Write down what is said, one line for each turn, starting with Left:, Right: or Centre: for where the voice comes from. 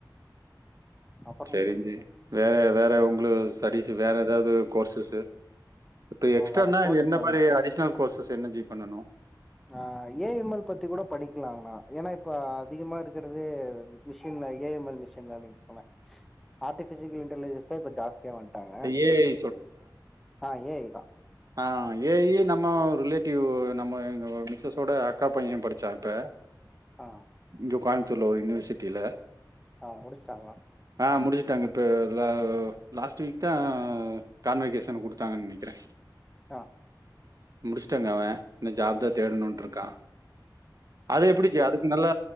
Centre: அப்புறோ
Right: செரிங் ஜீ வேற வேற உங்களு ஸ்டடிசு வேற எதாவ்து கோர்ஸ்ஸஸு இப்போ எக்ஸ்ட்டர்னா
Centre: வேற கோர்ஸ்
Right: என்ன
Centre: பண்ணு
Right: மாரி அடிஷ்னல் கோர்சஸ் என்ன ஜீ பண்ணனு
Centre: அ ஏ எம் எல் பத்தி கூட படிக்கலாங்ண்ணா ஏனா இப்ப அதிகமா இருக்கறது மிஷின்ல A M L machine learning தான ஆர்டிஃபிஷிக்கல் இன்ட்டலிஜன்ஸ் தா இப்ப ஜாஸ்தியா வந்ட்டாங்க
Right: ஏ ஐ
Centre: அ ஏ ஐ தா
Right: அ ஏ ஐ நம்ம ரிலேட்டீவு நம்ம எங்க மிஸ்ஸஸோட அக்கா பைய படிச்சா இப்ப
Centre: ஆ
Right: இங்க கோயம்த்தூர்ல ஒரு யூனிவர்சிட்டில
Centre: அ முடிச்ட்டாங்ளா
Right: அ முடிச்ட்டாங்க இப்ப ல லாஸ்ட் வீக் தா கான்வகேஷன் குடுத்தாங்கன் நெனைக்கிற
Centre: ஆ
Right: முடிஷ்ட்டாங்க அவ இன்னு ஜாப்தா தேடணுன்ட்ருக்கா அது எப்பிடி ஜீ அது நல்ல